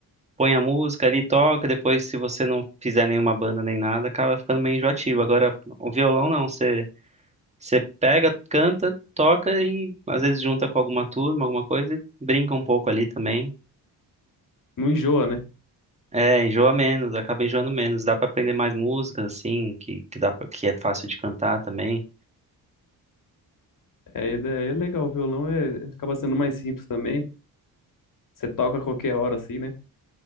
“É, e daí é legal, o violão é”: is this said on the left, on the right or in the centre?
Left